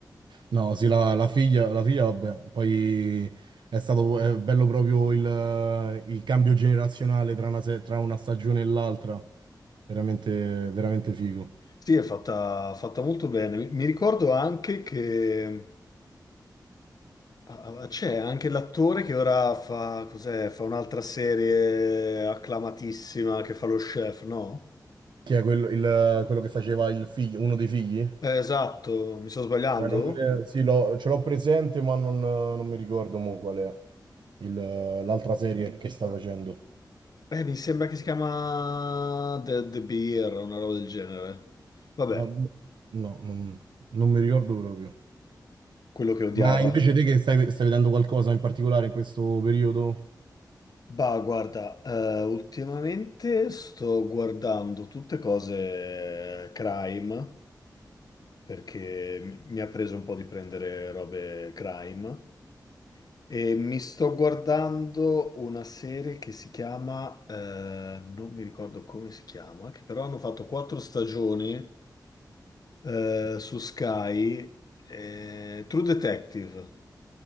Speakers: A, on the right; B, on the left.
A: No, sì, la, la figlia, la figlia, vabbè, poi è stato è bello proprio il, il cambio generazionale tra una, se- tra una stagione e l'altra, veramente, veramente figo.
B: Sì, è fatta, fatta molto bene. Mi mi ricordo anche che Ah, ah, c'è anche l'attore che ora fa, cos'è, fa un'altra serie acclamatissima che fa lo chef, no?
A: Chi è quello, il- quello che faceva il figlio, uno dei figli? Eh,
B: Eh, esatto, mi sto sbagliando?
A: non me- sì, l'ho- ce l'ho presente, ma non, non mi ricordo mo qual è il- l'altra serie che sta facendo.
B: Eh, mi sembra che si chiama The, The Beer, una roba del genere. Vabbè,
A: Ma- No, non, non mi ricordo proprio.
B: quello che odiava.
A: Ma invece te che stai, stai vedendo qualcosa in particolare in questo periodo?
B: Bah, guarda, eh, ultimamente sto guardando tutte cose crime, perché mi mi ha preso un po' di prendere robe crime. E mi sto guardando una serie che si chiama, eh, non mi ricordo come si chiama, che però hanno fatto quattro stagioni eh, su Sky, eh, True Detective.